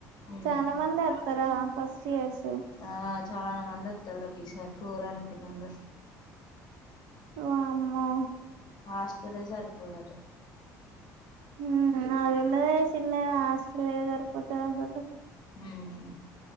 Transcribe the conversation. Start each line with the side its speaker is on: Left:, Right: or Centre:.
Left: ఉమ్
Right: చానా మందే అత్తరా ఫస్ట్ ఇయర్సు
Left: ఆ చానా మందొత్తరు ప్రతీసారీ ఫోర్ హండ్రెడ్ మెంబర్స్
Right: వామ్మో
Left: హాస్టలే జరిపోదట
Right: ఊ అదున్నదే శిన్నగా ఆ హాస్టలేడ జరిపోతదనుకున్రు
Left: మ్మ్